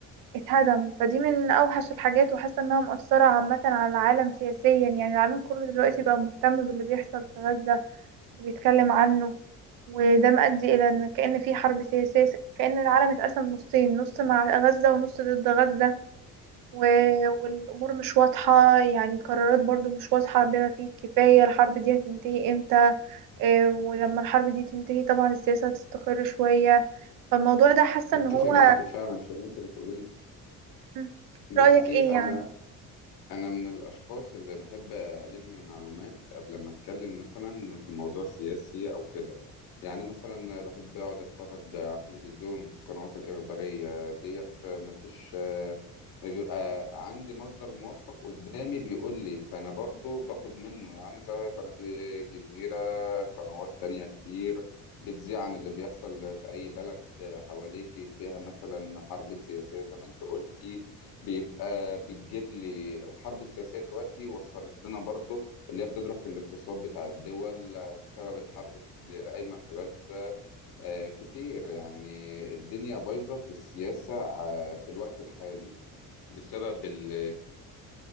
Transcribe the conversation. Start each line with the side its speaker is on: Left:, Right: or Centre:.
Right: اتهدم فدي من أوحش الحاجات وحاسة إنها مؤثرة عامة على العالم سياسيا يعني العالم كله دلوقتي بقى مهتم باللي بيحصل في غزة وبيتكلم عنه وده مؤدي إلى إن كأن في حرب سياسية كأن العالم اتقسم نصين نص مع غزة ونص ضد غزة و- والأمور مش واضحة يعني القرارات برضو مش واضحة بما فيه الكفاية الحرب دي هتنتهي امتى آه، ولما الحرب دي تنتهي طبعا السياسة هتستقر شوية فالموضوع ده حاسة
Left: اتفق
Right: ان هو
Left: معاك فعلا في اللي انت بتقوليه
Right: <clears throat> مم.
Left: بصي
Right: رأيك ايه
Left: انا
Right: يعني
Left: انا من الاشخاص اللي بحب الم معلومات قبل ما اتكلم مثلا في موضوع سياسي او كده يعني مثلا بحب اقعد اتفرج على التلفزيون القنوات الاخباريه ديت مفيش ما بيبقى عندي مصدر موثق قدامي بيقول لي فانا برضو باخد منه يعني زي قناة الجزيرة قنوات تانية كتير بتذيع عن اللي بيحصل في اي بلد حواليكي فيها مثلا حرب سياسية زي ما انت قلتي بيبقى بتجيب لي الحرب السياسية دلوقتي وصلت لنا برضو اللي هي بتضرب في الاقتصاد بتاع الدول بسبب الحرب اللي قايمة في غزة آه، كتير يعني الدنيا بايظة في السياسة آه، في الوقت الحالي بسبب ال